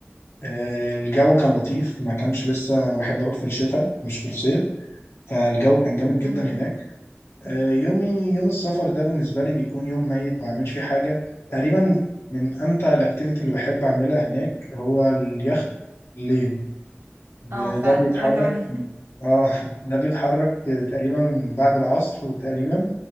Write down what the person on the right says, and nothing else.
مم.
اه فعلا
وأنا كمان